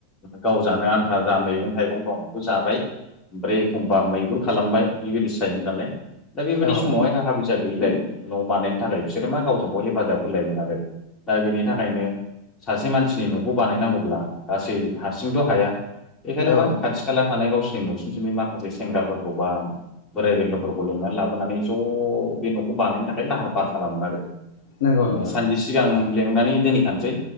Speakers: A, on the left (about 25°); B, on the left (about 60°).
A: गाव जानो आन्था जा मैगं थाइगं गाव बेखौ जाबाय ओमफ्राय एखमबा मैहुर खालामबाय बेबायदिसो जायोमोन नालाय दा बेबायदि
B: औ
A: समावहाय
B: नोंथां
A: दा खा फैसा गैयिलाय न' बानायनो थाखाय बिसोरो मा गावजों गाव हेफाजाब होलायोमोन आरो दा बेनि थाखायनो सासे मानसिनि न'खौ बानायनांगौब्ला गासै हारसिंथ' हाया बेखायनो
B: औ
A: मा
B: नोंथां
A: खाथि खाला थानाय गावसिनि न'सुंसेनि माखासे सेंग्राफोरखौ बा बोराय बेन्थ'फोरखौ <unintelligible> नानै लाबोनानै ज' बे न'खौ बानायनो थाखाय लाहार फार खालामोमोन‌ आरो।
B: नंगौ
A: ओ
B: नोंथां
A: सानजिस सिगां लेंनानै दोनैखानोसै